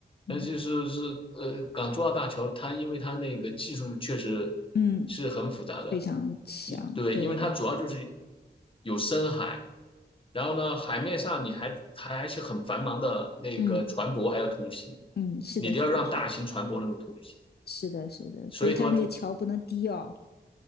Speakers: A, on the left; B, on the left.
A: 嗯
B: 那就是是呃，港珠澳大桥它因为它那个技术确实是很复杂的，
A: 嗯非常强，
B: 一对，
A: 对，
B: 因为它主要就是有深海，然后呢，海面上你还它还是很繁忙的那个船舶还要通行，
A: 嗯，嗯，是的，
B: 你都要让大型船舶能够通行，
A: 是的，是的是的，是的，
B: 所以说它
A: 所以它那个桥不能低哦。